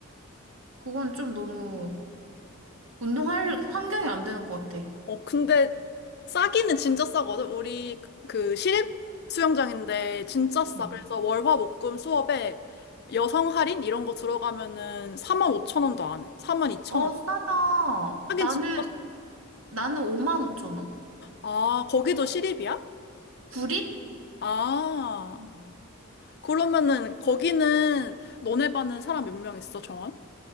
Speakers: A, on the right; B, on the left.
A: 그건 좀 너무 운동할 환경이 안 되는 것 같아.
B: 어, 근데 싸기는 진짜 싸거든. 우리 그- 그 시립 수영장인데 진짜 싸.
A: 어.
B: 그래서 월화목금 수업에 여성 할인 이런 거 들어가면은 4만 5천 원도 안 해. 4만 2천
A: 어,
B: 원.
A: 싸다.
B: 하긴
A: 나는,
B: 진짜.
A: 나는 5만 5천 원.
B: 아, 거기도 시립이야?
A: 구릿?
B: 아,
A: 음.
B: 그러면은 거기는 너네 반은 사람 몇 명 있어, 정원?